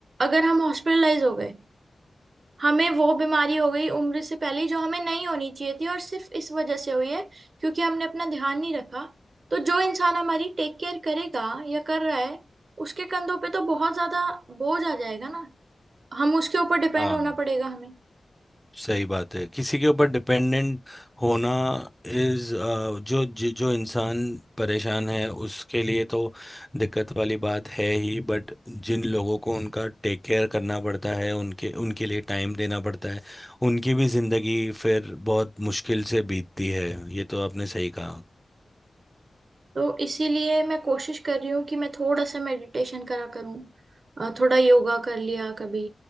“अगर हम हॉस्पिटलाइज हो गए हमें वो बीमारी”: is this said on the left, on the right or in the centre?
Right